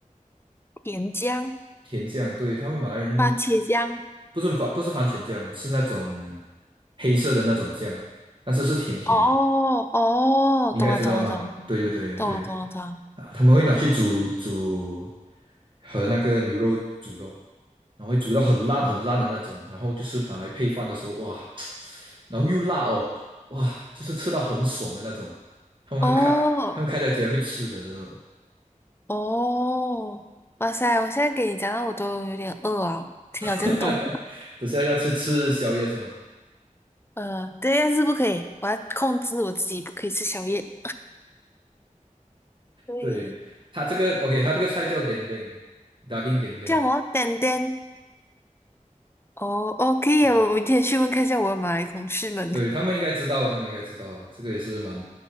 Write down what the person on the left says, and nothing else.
甜姜、
番茄酱。
哦哦，
懂了懂了懂了
懂了懂了懂了。
哦，
哦哦，哇塞！我现在给你讲到我都有点饿啊，挺有见多。
<laughs>
呃，对，但是不可以，我要控制我自己，不可以吃宵夜。<laughs> 对，
叫什么？丹丹。哦哦，可以啊我明天去问看一下我的马来同事们。